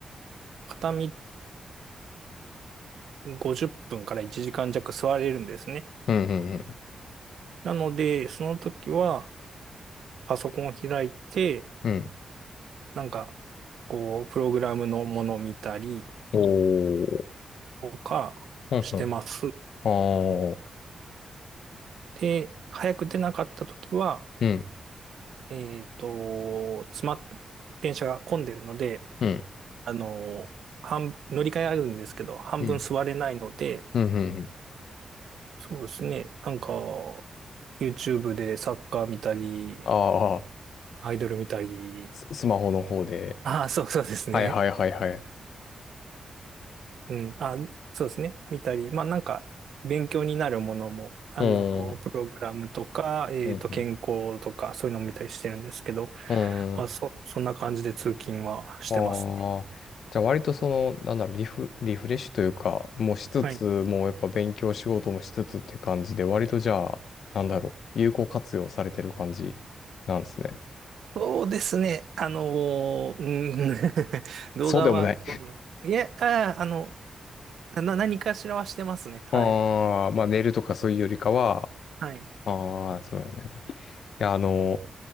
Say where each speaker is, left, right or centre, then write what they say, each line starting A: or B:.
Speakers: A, on the right; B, on the left.
A: 片道、50分から1時間弱座れるんですね。
B: うん、うん、う
A: なので、その時はパソコンを開いて、
B: ん。うん
A: なんか、こう、プログラムのものを見たり
B: おー。
A: とかしてます。
B: うん、うん。ああ。
A: で、早く出なかった時は、
B: うん、
A: えっと、詰まっ、電車が混んでるので、
B: うん、
A: あの、半、乗り換えあるんですけど、半分座れないので、
B: うん、うん、うん。うん
A: そうですね、なんか、YouTube でサッカー見たり、
B: ああ、
A: アイドル見たり、
B: ススマホの方で。
A: ああ、そうそうですね。
B: はいはいはいはい。う
A: うん、あ、そうですね。見たり、まあなんか、勉強になるものも、あの、
B: ーん、
A: プログラムとか、えっと、
B: うん、
A: 健康とか、そういうのも見たりしてるんですけど、
B: うん。
A: まあ、
B: う
A: そ、そんな感じで通勤はしてますね。
B: ああ、じゃあ割とその、なんだろう、リフ、リフレッシュというか、もうしつつ、
A: はい。
B: もうやっぱ勉強仕事もしつつって感じで、割とじゃあ、なんだろう、有効活用されてる感じなんですね。
A: そうですね。あのーうん <laughs> 動画は、
B: そうでもない。
A: どの、いや、あー、あの、な、何かしらはしてますね。
B: <laughs>
A: はい。
B: ああ、まあ寝るとかそういうよりかは、
A: はい。
B: ああ、そうだね。いや、あの、